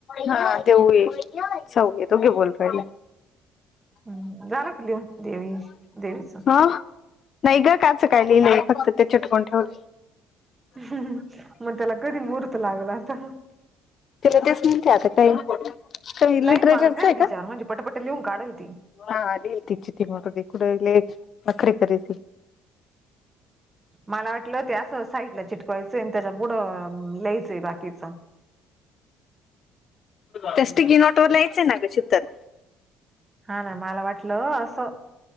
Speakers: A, on the left; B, on the right.
A: हा तेव ये सग ये तो क बोलतो
B: हम् झालं क लिहून देवी देवीच
A: नाही ग काचं काय लिहिले फक्त ते चटकुन ठेवले
B: हम्म मगत्याला कधी मुहर्तलागला आता
A: तिला तेस म्हणते आता काही का
B: लाईन
A: लिटरेचरच
B: मारून द्या
A: आहे
B: ना तिच्यावर
A: का
B: म्हणजे पटपट लिहून काढल ते
A: हा अलील त इ चिती मदी कुड ल बखरे खरस
B: मला वाटलं हो ते असं साईडला चिटकवायचंय आणि त्याच्या पुढं लियचंय बाकीच
A: त्यास् गी नॉटवररला यायचंय ना ग शतल
B: हा ना मला वाटलं असं